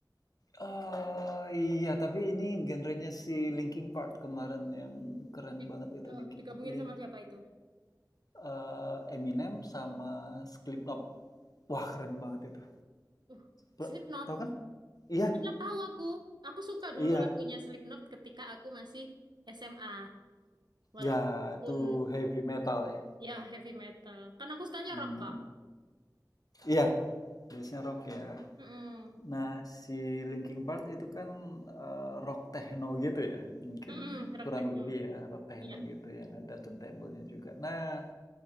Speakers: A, on the left (about 55°); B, on the right (about 80°).
A: eee, iya, tapi ini genrenya si Linkin Park kemarin yang keren
B: Di,
A: banget itu,
B: oh,
A: Linkin
B: digabungin
A: Link
B: sama siapa itu?
A: eee, Eminem sama Slipknot. Wah, keren banget itu.
B: Uh, Slipknot.
A: Ber tahu kan? Iya
B: Slipknot tahu aku. Aku suka dulu
A: iya.
B: lagunya Slipknot ketika aku masih SMA. Walaupun
A: Ya, itu heavy metal ya?
B: ya heavy metal. Kan aku sukanya
A: Mmm,
B: rock, Kak.
A: iya, base rock ya.
B: Mm-mm.
A: Nah, si Linkin Park itu kan, eee, rock techno gitu ya, mungkin
B: Mm-mm, rock
A: kurang
B: techno.
A: lebih ya, rock techno
B: Ya,
A: gitu yang ada turntable juga. Nah,